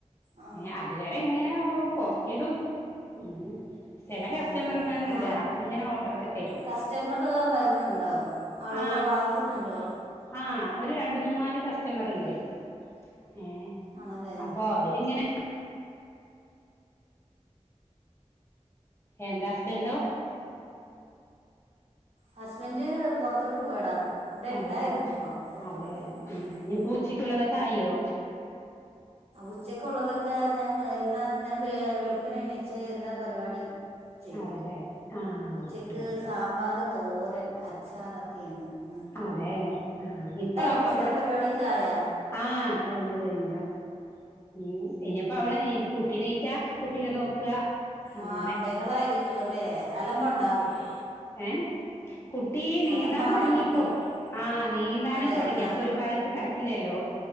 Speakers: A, on the right; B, on the left.
A: ആ
B: ഏ അതുവരെ ഇങ്ങനെ പോസ്റ്റടും ഉ ചില
A: ആ
B: കസ്റ്റമർമാരുണ്ട്
A: ആ
B: അവരിങ്ങനെ ഓർഡർൊക്കെ തരും
A: കസ്റ്റമറൊക്കെ വരുന്നുണ്ടോ ആളുകൾ
B: ആ
A: വാങ്ങിക്കുന്നുണ്ടോ
B: ആ ഒരു രണ്ട് മൂന്ന നാല് കസ്റ്റമർണ്ട് ഏ
A: ആണല്ലേ
B: അപ്പൊ അവരിങ്ങനെ എന്താ ഹസ്ബൻറോ
A: ഹസ്ബന്റ്് പുറത്തോട്ട് പോയടാ ഇവിടെ
B: അതെ
A: ഉണ്ടായിരുന്നു ഇപ്പ പുറത്തോട്ട്
B: അതെ
A: പോയി
B: ആ
A: ഉം
B: ഇ പൂച്ചിട്ടുള്ളതൊക്കെ അയോ
A: ഉച്ചക്ക ഉള്ളതൊക്കെ ഞാൻ എല്ലാം ഞാൻ വ വെളുപ്പിന എണീച്ച് എല്ലാ പരിപാടിയ ചെയ്തു
B: അതെല്ലേ ആഹ്
A: ഉച്ചക്ക്
B: ഓക്കെ ഓക്കെ
A: സാമ്പാർ തോരൻ അച്ചാറൊക്കെയാണ് ഇന്ന്
B: അതെ ആഹ ഇപ്പ നോക്ക
A: ഉച്ചത്തെ
B: അവിടെ
A: പരിപാടിയൊക്കെ ആയാ
B: ആഹ കഴിഞ്ഞു കഴിഞ്ഞു ഉ ഇനിപ്പോ അവടെ നീറ്റ് കുട്ടി നീറ്റാ കുട്ടീെ നോക്കുക അങ്ങനെ
A: ആഹ് ബഹളായിരിക്കും അല്ലേ അലമ്പ ഉണ്ടാകട്ടെ
B: ഏഹ കുട്ടി നീന്താൻ
A: അലമ്പാണാ
B: തുടങ്ങിയപ്പോൊ
A: കുട്ടി നീന്താൻ തുടങ്ങിയിപ്പോ.
B: ആഹ നീന്താന
A: അതെ
B: തുടങ്ങി
A: ആ
B: അപ്പൊ ഒരു ഭാഗത്ത് കിറക്കില്ലല്ലോ